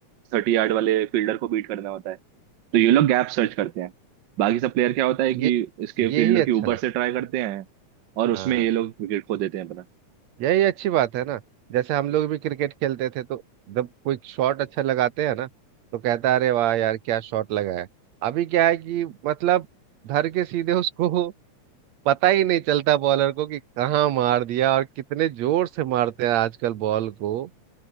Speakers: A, on the right (about 80°); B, on the right (about 70°).
A: थर्टी यार्ड वाले फील्डर को बीट करना होता है तो ये लोग गैप सर्च करते हैं बाकी सब प्लेयर क्या होता है कि
B: ये
A: इसके फील्डर
B: यही अच्छा
A: के ऊपर
B: लगता
A: से ट्राई करते हैं और
B: हाँ
A: उसमें ये लोग विकेट खो देते हैं अपना
B: यही अच्छी बात है ना जैसे हम लोग भी क्रिकेट खेलते थे तो जब कोई शॉट अच्छा लगाते हैं ना तो कहता है अरे वाह यार क्या शॉट लगाया अभी क्या है कि मतलब धर के सीधे उसको पता ही नहीं चलता बॉलर को कि कहाँ मार दिया और कितने जोर से मारते हैं आजकल बॉल को